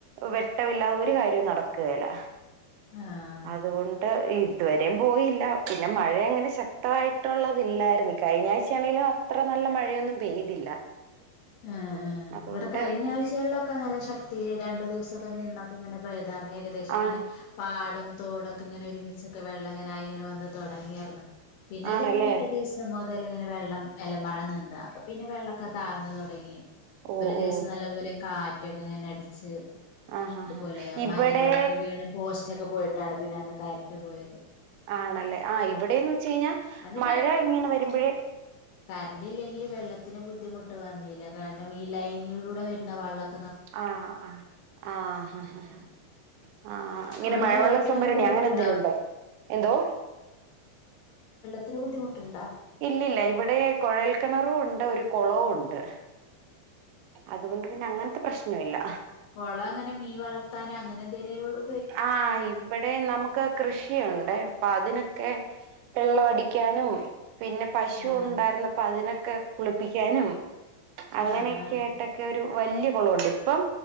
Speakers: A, on the right; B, on the left.
A: വെട്ടമില്ലാതെ ഒരു കാര്യവും നടക്ക കേല
B: ആഹ്
A: അതുകൊണ്ട് ഇ ഇതുവരെയും പോയില്ല പിന്നെ മഴ അങ്ങനെ ശക്തയിട്ടുള്ളലായിരുന്നു കഴിഞ്ഞ ആഴ്ചയാണെങ്കലും അത്ര നല്ല മഴയൊന്നും പെയ്തില്ല
B: ആ ആ
A: അതുകൊണ്ട്
B: ഇവിടെ കഴിഞ്ഞ
A: പിന്നെ
B: ആഴ്ചകളിലൊക്കെ നല്ല ശക് ഈ രണ്ട് ദിവസൊക്കെ നിന്നൊപോഇങ്ങനെ പോയത ഏകദേശം
A: ആ
B: ഇങ്ങനെ പാടും തോടൊക്കെ ഇങ്ങനെ ഒരുമിച്ചൊക്കെ വെള്ളം ഇങ്ങനൊയി ഇങ്ങനെ വന്ന് തോടങ്ങിയാർന്ന് പിന്നെ
A: ആണല്ലേ
B: അതിന്റെ പിറ്റേദിവസം <unintelligible> ഇങ്ങനെ വെള്ളം അല്ലമഴ നിന്ന് അപ്പ പിന്നെ വെള്ളൊക്കെ താഴ്ന്നു തു അ <unintelligible>
A: ഓ
B: ഒരു ദിവസം
A: ഓ
B: നല്ല പോലെ കാറ ഒറ്റക്കെ അങ്ങനെ അടിച്ച്
A: ആഹ് ആഹ്
B: ഇതുപോലെ
A: ഇവിടെ
B: മരങ്ങളൊക്കെ വീണ് പോഷ് ഉച്ചൊക്കെ പോയിട്ടാണ് പിന്നെ അന്ന കരണ്ട് പോയത്
A: ആണല്ലേ ആ ഇവിടെന്ന് വെച്ച് കഴിഞ്ഞാൽ
B: അന്ന്
A: മഴ ഇങ്ങനെ വരുമ്പോഴേ
B: ഇത്‌ല്ലെങ്കിൽ വെള്ളത്തിന് ബുദ്ധിമുട്ടുവ <unintelligible> കാരണം ഈ ലൈനിലൂടെ വരുന്ന വള്ളം
A: ആ ആആ ഹ
B: അങ്ങനെ
A: ഹ ആ ഇങ്ങനെ
B: അവിടെങ്ങനെ
A: മഴവെള്ള
B: വെള്ളത്തിനൊക്കെ
A: സംഭരണി
B: ബുദ്ധിമുട്ടുണ്ടോ
A: അങ്ങനെ എന്തേലുംണ്ടോ എന്തോ
B: ഇത്തിരി ബുദ്ധിമുട്ടുണ്ട
A: ഇല്ലല്ല ഇവിടെ കുഴൽക്കിണറും ഉണ്ട് ഒരു കുളവും ഉണ്ട് അതുകൊണ്ട് പിന്നെ അങ്ങ പ്രശ്നം ഇല്ല
B: കുളം അങ്ങനെ മീ ൻവളർത്താനോ അങ്ങനെ തിനെ ഒളു
A: ആ ഇവിടെ നമുക്ക് കൃഷിയുണ്ട്അപ്പൊ അതിനൊ ക്കെ വെള്ള അടിക്കാനും പിന്നെ പശു
B: ആഹ്
A: ഉണ്ടായിരുന്നപ്പ അതിനൊ ഒക്കെ കുളിപ്പിക്കാനും അങ്ങനെയൊക്കെ
B: ആഹ് ആഹ്
A: ആയിട്ടൊക്കെ ഒരു വല്ല ഒളോണ്ട് ഇപ്പം